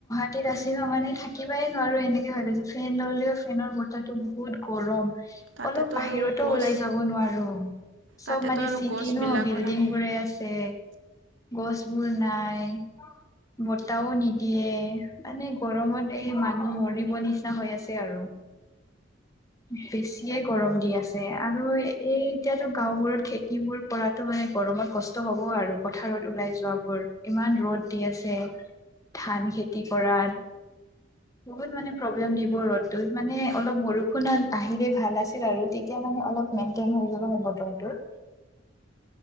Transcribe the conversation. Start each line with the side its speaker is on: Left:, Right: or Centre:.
Left: <unintelligible> মানে থাকিবাই নোৱাৰো এনেকে ভাল আছো ফেন ল'লেও ফেনৰ বতাহটো বহুত বহুত গৰম
Right: তাতেতো
Left: অলপ বাহিৰতো
Right: আৰু গছ
Left: ওলাই যাব নোৱাৰোঁ। চব
Right: তাতেতো
Left: মানে
Right: আৰু
Left: চিটি
Right: গছবিলাকো
Left: ন' বিল্ডিং
Right: নাই
Left: বোৰে আছে, গছবোৰ নাই। বতাহও নিদিয়ে মানে গৰমতে মানুহ মৰিব নিচিনা হৈ আছে আৰু। বেছিয়ে গৰম দি আছে। আৰু এই এতিয়াতো গাঁওবোৰত খেতিবোৰ কৰাতো মানে গৰমত কষ্ট হ'ব আৰু পথাৰত ওলাই যোৱা <unintelligible> ইমান ৰ'দ দি আছে ধান খেতি কৰাত। বহুত মানে প্ৰব্লেম দিব ৰ'দতটোত মানে অলপ বৰষুণত আহিলে ভাল আছিল আৰু এতিয়া মানে অলপ মেইনটেইন হৈ যাব সেই বতৰটো।